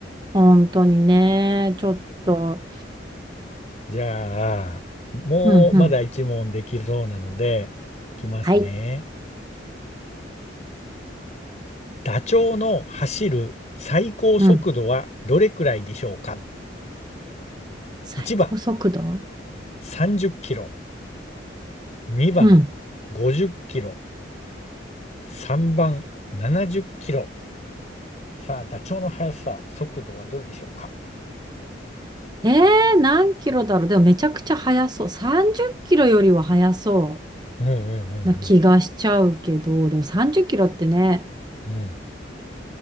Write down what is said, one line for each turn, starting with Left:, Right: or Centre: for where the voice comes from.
Right: 本当にね。ちょっと。
Left: じゃあ、もうまだ一問できそうなので、
Right: うん、うん。
Left: いきますね。
Right: はい。
Left: ダチョウの走る最高速度はどれくらいでしょうか
Right: うん。最高速度
Left: ?1 番30キロ、2番50キロ、
Right: うん。
Left: 3番70キロ。さあ、ダチョウの速さ、速度はどれでしょうか
Right: えー、何キロだろう。でもめちゃくちゃ速そう。30キロよりは速そ
Left: うんうんうん
Right: うな気がしちゃうけど、でも30キロってね、
Left: うん。うん。